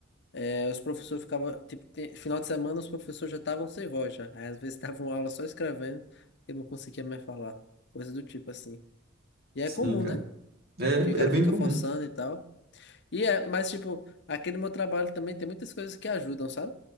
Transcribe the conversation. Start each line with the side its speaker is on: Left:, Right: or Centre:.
Left: eh, os professores ficavam, tipo, te- final de semana os professores já estavam sem voz já. Aí às vezes <laughs> estavam aula só escrevendo, porque não conseguia mais falar. Coisa do tipo assim. E é
Right: Sim,
Left: comum,
Right: cara.
Left: né?
Right: É,
Left: Que o cara
Right: é bem
Left: fica
Right: comum.
Left: forçando e tal. E é, mas tipo, aqui no meu trabalho também tem muitas coisas que ajudam, sabe?